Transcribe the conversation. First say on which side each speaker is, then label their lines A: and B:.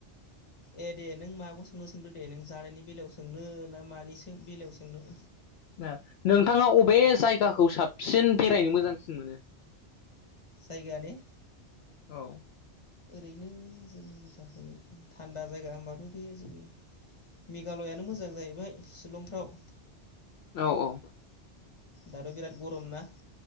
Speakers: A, on the left; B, on the left.
A: ए दे नों माखौ सोंनो सोंदो दे नों जानायनि बेलायाव सोंनो ना मानि सो बेलायाव सोंनो
B: दे नोंथाङा अबे जायगाखौ साबसिन बेरायनो मोजांसिन मोनो
A: जायगाया ने
B: औ
A: ओरैनो जोंनि थाखाय थान्दा जायगा होनबाथ' बे जोंनि मेघालयानो मोजां जाहैबाय शिलंफ्राव
B: औ - औ
A: दाथ' बिराद गरम ना